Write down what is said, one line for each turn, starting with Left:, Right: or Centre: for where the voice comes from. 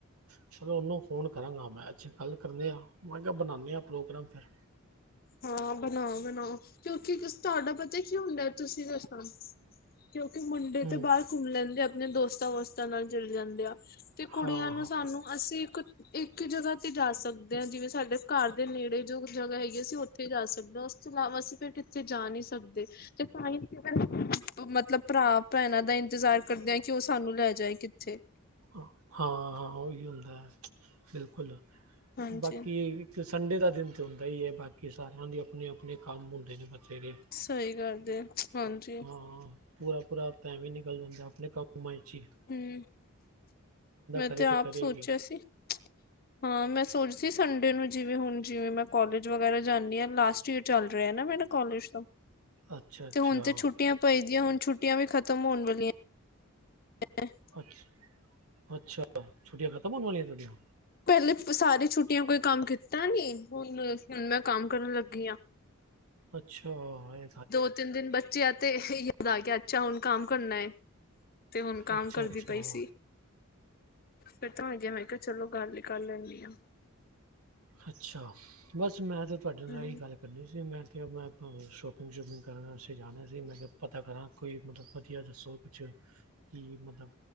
Right: ਚਲੋ ਉਹਨੂੰ ਫੋਨ ਕਰਾਂਗਾ ਮੈ ਅੱਜ ਗੱਲ ਕਰਨੇ ਹਾਂ, ਮੈਂ ਕਿਹਾ ਬਣਾਨੇ ਆਂ ਪ੍ਰੋਗਰਾਮ ਫੇਰ।
Left: ਹਾਂ ਬਣਾਓ-ਬਣਾਓ, ਕਿਉਂਕਿ ਤੁਹਾਡਾ ਪਤਾ ਕੀ ਹੁੰਦਾ ਤੁਸੀਂ ਦੱਸਣਾ ਕਿਉਂਕਿ ਮੁੰਡੇ
Right: ਹੂੰ
Left: ਤੇ ਬਾਹਰ ਘੁੰਮ ਲੈਂਦੇ ਆ, ਆਪਣੇ ਦੋਸਤਾਂ ਵੋਸਤਾਂ ਨਾਲ ਚਲੇ ਜਾਂਦੇ ਆ, ਤੇ ਕੁੜੀਆਂ
Right: ਹਾਂ
Left: ਨੂੰ
Right: ਹਾਂ
Left: ਸਾਨੂੰ ਅਸੀਂ ਇੱਕ ਇੱਕ ਜਗ੍ਹਾ ਤੇ ਜਾ ਸਕਦੇ ਆਂ, ਜਿਵੇਂ ਸਾਡੇ ਘਰ ਦੇ ਨੇੜੇ ਜੋ ਜਗ੍ਹਾ ਹੈਗੀ, ਅਸੀਂ ਓਥੇ ਜਾ ਸਕਦੇ, ਉਸ ਤੋਂ ਇਲਾਵਾ ਅਸੀਂ ਫਿਰ ਕਿੱਥੇ ਜਾ ਨੀ ਸਕਦੇ। ਤੇ ਸਾਇੰਸ ਚ, ਓਹ ਮਤਲਬ ਭਰਾ ਭੈਣਾਂ ਦਾ ਇੰਤਜ਼ਾਰ ਕਰਦੇ ਐ, ਕਿ ਉਹ ਸਾਨੂੰ ਲੈ ਜਾਏ ਕਿੱਥੇ।
Right: ਹਾਂ-ਹਾਂ, ਉਹੀ ਹੁੰਦਾ ਬਿਲਕੁਲ,
Left: ਹਾਂਜੀ
Right: ਬਾਕੀ ਤੇ ਸੰਡੇ ਦਾ ਦਿਨ ਤਾਂ ਹੁੰਦਾ ਹੀ ਐ, ਬਾਕੀ ਸਾਰਿਆਂ ਦੇ ਆਪਣੇ-ਆਪਣੇ ਕੰਮ ਹੁੰਦੇ ਨੇ ਬਚੇ ਦੇ।
Left: ਸਹੀ ਗੱਲ ਜੇ ਹਾਂਜੀ
Right: ਹਾਂ, ਪੂਰਾ-ਪੂਰਾ ਹਫ਼ਤਾ ਐਵੀਂ ਨਿਕਲ ਜਾਂਦਾ, ਆਪਣੇ ਕੰਮਾਂ ਚ ਈ।
Left: ਹੂੰ, ਮੈਂ
Right: ਕਰੇ
Left: ਤੇ ਆਪ
Right: ਕਰੇਗੀ
Left: ਸੋਚਿਆ ਸੀ। ਹਾਂ, ਮੈਂ ਸੋਚਦੀ ਸੰਡੇ ਨੂੰ ਜਿਵੇਂ ਹੁਣ ਜਿਵੇਂ ਮੈਂ ਕੋਲਜ ਵਗੈਰਾ ਜਾਂਨੀ ਆਂ, ਲਾਸਟ ਈਅਰ ਚੱਲ ਰਿਹਾ ਨਾ ਮੇਰਾ ਕਾਲਜ ਤੋਂ,
Right: ਅੱਛਾ ਅੱਛਾ
Left: ਤੇ ਹੁਣ ਤੇ ਛੁੱਟੀਆਂ ਪਈਦੀਆਂ, ਹੁਣ ਛੁੱਟੀਆਂ ਵੀ ਖਤਮ ਹੋਣ ਵਾਲੀਆਂ। <unintelligible>
Right: ਅੱਛਾ-ਅੱਛਾ, ਛੁੱਟੀਆਂ ਖਤਮ ਹੋਣ ਵਾਲੀਆਂ ਤੁਹਾਡੀਆਂ।
Left: ਪਹਿਲੇ ਸਾਰੀ ਛੁੱਟੀਆਂ ਕੋਈ ਕੰਮ ਕੀਤਾ ਨੀ, ਹੁਣ ਮੈਂ ਕੰਮ ਕਰਨ ਲੱਗੀ ਆਂ।
Right: ਅੱਛਾ ਐ।
Left: ਦੋ ਤਿੰਨ ਦਿਨ ਬੱਚਿਆਂ ਤੇ ਇਹੀ, <inaudible> ਅੱਛਾ ਹੁਣ ਕੰਮ ਕਰਨਾ ਏ। ਤੇ ਹੁਣ ਕੰਮ
Right: ਅੱਛਾ
Left: ਕਰਦੀ
Right: ਅੱਛਾ
Left: ਪਈ ਸੀ। ਫਰੀ ਤਾਂ ਹੈਗੀ ਆ, ਮੈਂ ਕਿਹਾ ਚਲੋ ਗੱਲ ਹੀ ਕਰ ਲੈਨੀ ਆਂ।
Right: ਅੱਛਾ, ਬਸ ਮੈਂ ਤੇ ਤੁਹਾਡੇ ਨਾਲ
Left: ਹੂੰ
Right: ਇਹੀ ਗੱਲ ਕਰਨੀ ਸੀ, ਮੈਂ ਕਿਹਾ ਮੈਂ ਤਹਾਨੂੰ ਸ਼ੋਪਿੰਗ ਸ਼ੂਪਿੰਗ ਕਰਨ ਵਾਸਤੇ ਜਾਣਾ ਸੀ, ਮੈਂ ਕਿਹਾ ਪਤਾ ਕਰਾਂ ਕੋਈ ਮਤਲਬ ਵਦੀਆ ਜਾ ਸੂਟ ਕੁੱਛ ਲੀ ਮਤਲਬ